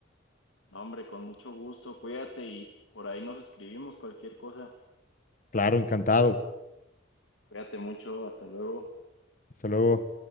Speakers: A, on the left; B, on the left.
A: No, hombre, con mucho gusto, cuídate y por ahí nos escribimos cualquier cosa.
B: Claro, encantado.
A: Cuídate mucho, hasta luego.
B: Hasta luego.